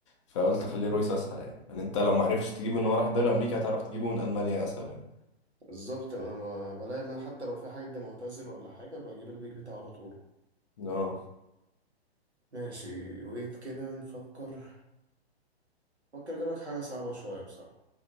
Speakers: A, on the left; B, on the right.
A: فقلت خليه رويس اسهل يعني. يعني انت لو ما عرفتش تجيبه ان هو راح الدوري الامريكي هتعرف تجيبه من المانيا اسهل يعني
B: بالظبط انا ما بلاقي ما حتى لو في حد معتزل ولا حاجة بجيب البيك بتاعه على طول
A: اه
B: ماشي ويت كده نفكر فكر اجيب لك حاجة صعبة شوية بصراحة